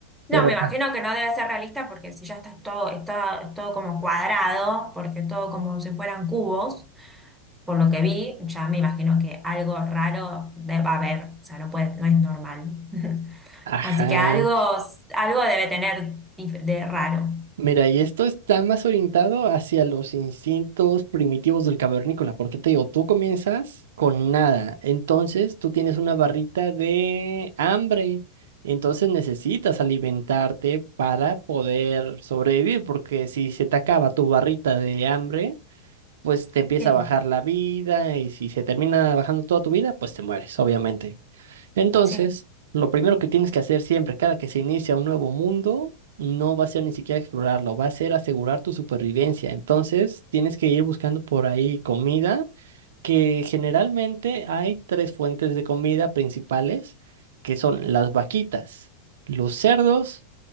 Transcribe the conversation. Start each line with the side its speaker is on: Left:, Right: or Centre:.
Centre: No,
Right: pero
Centre: me imagino
Right: ajá.
Centre: que no debe ser realista porque si ya está todo, está, es todo como cuadrado, porque todo como si fueran cubos, por lo que vi, ya me imagino que algo raro de- va a haber, o sea, no puede, no es normal. <laughs>
Right: Ajá.
Centre: Así que algo, algo debe tener dif- de raro.
Right: Mira, y esto está más orientado hacia los instintos primitivos del cavernícola, porque te digo, tú comienzas con nada, entonces tú tienes una barrita de hambre, entonces necesitas alimentarte para poder sobrevivir, porque si se te acaba tu barrita de hambre, pues te empieza
Centre: Sí,
Right: a bajar la vida, y si se termina bajando toda tu vida, pues te mueres, obviamente. Entonces,
Centre: sí.
Right: lo primero que tienes que hacer siempre, cada que se inicia un nuevo mundo, no va a ser ni siquiera explorarlo, va a ser asegurar tu supervivencia. Entonces, tienes que ir buscando por ahí comida, que generalmente hay tres fuentes de comida principales, que son las vaquitas, los cerdos